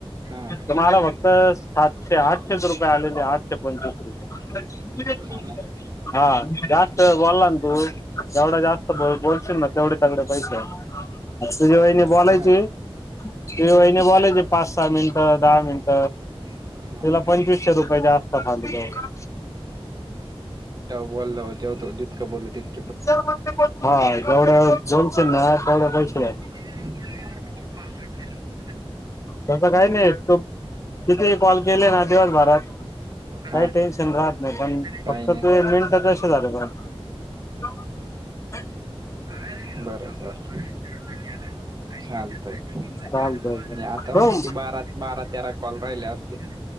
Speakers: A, on the right (about 40°); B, on the left (about 30°).
A: हा
B: तुम्हाला फक्त सातशे आठशेच रुपये आलेले आठशे पंचवीस रुपये.
A: हा ना
B: हा जास्त बोलला ना तू जेवढा जास्त बोल बोलशील ना तेवढे तगडे पैसे. तुझी वहिणी
A: हा
B: बोलायची
A: का
B: ते वहिने बोलायची पाच, सहा मिनिटं दहा मिनिट.
A: हा
B: तुला पंचवीसशे रुपये जास्त पडले बा
A: बोलला व्हता जितकं बोललो तीत
B: हा जेवढा वेळ बोलशील ना? तेवढे पैसे भेटत्या
A: हम
B: तसं काही नाही, तू कितीहि कॉल केले ना दिवसभरात
A: हा.
B: काही टेन्शन राहत नाही, पण
A: काही
B: फक्त
A: नाही
B: तुजे
A: ना.
B: मिनट कसे झाले पण ह.
A: बर बर ठीकय, चालतंय. नाही
B: चालतंय ठेवू
A: आता मी किती, बारा बारा तेरा कॉल राहिले असतील.